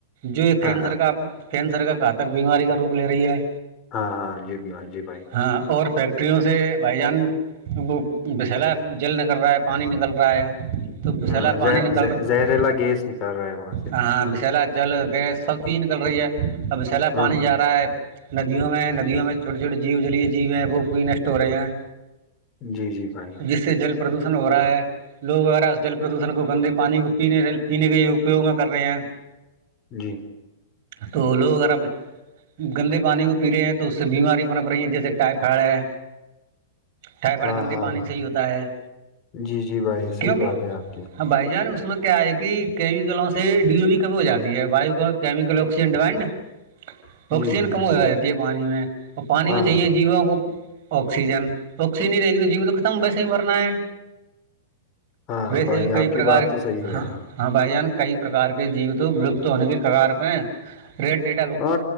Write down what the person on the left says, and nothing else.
ہاں ہاں
ہاں ہاں جی بھائی، جی بھائی
ہاں
زہ-
زہ-
زہریلا گیس نکل رہا ہے وہاں سے
ہاں
جی جی بھائی
جی
ہاں
ہاں
بھائی
جی جی بھائی
صحیح بات ہے آپ کی
جی جی
جی
ہاں
ہاں
ہاں
بھائی
آپ
کی بات تو صحیح ہے
ہاں